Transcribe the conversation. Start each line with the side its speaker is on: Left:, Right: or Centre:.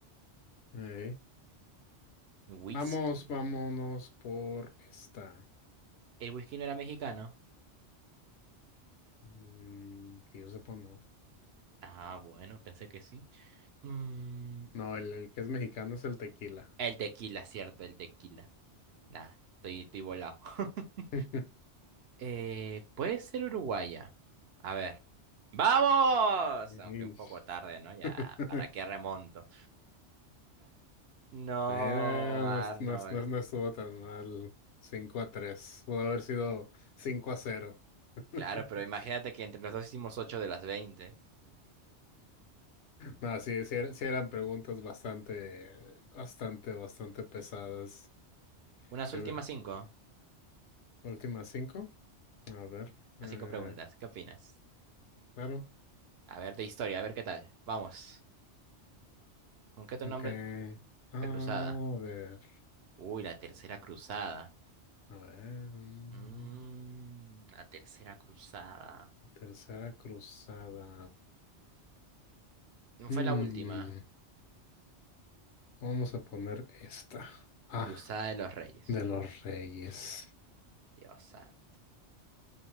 Left: eh.
Right: Whisky.
Left: Vamos, vámonos por esta.
Right: ¿El whisky no era mexicano?
Left: Mm, que yo sepa, no.
Right: Ah, bueno, pensé que sí. Mm,
Left: No, el, el que es mexicano es el tequila.
Right: el tequila, cierto, el tequila. Nah, estoy, estoy volado. <laughs>
Left: <laughs>
Right: Eh, puede ser uruguaya. A ver. ¡Vamos!
Left: Ish.
Right: Aunque un poco tarde, ¿no? Ya,
Left: <laughs>
Right: ¿para qué remonto? No,
Left: Eh,
Right: Arnold.
Left: no, est- no est- no est- no estuvo tan mal. cinco a tres Pudo haber sido 5 a cero <laughs>
Right: Claro, pero imagínate que entre los dos hicimos ocho de las veinte,
Left: No, sí, sí, era- sí eran preguntas bastante, bastante, bastante pesadas.
Right: Unas
Left: Yo,
Right: últimas cinco,
Left: últimas 5. A ver. eh,
Right: Las cinco preguntas. ¿Qué opinas?
Left: claro.
Right: A ver, de historia, a ver qué tal. Vamos. ¿Con qué otro
Left: Ok.
Right: nombre es
Left: Ah,
Right: la cruzada?
Left: A ver.
Right: Uy, la tercera cruzada.
Left: A ver. mm,
Right: Mm, la tercera cruzada.
Left: Tercera cruzada.
Right: No
Left: Mm,
Right: fue la última.
Left: vamos a poner esta. Ah,
Right: Cruzada de los Reyes.
Left: de los reyes.
Right: Dios santo.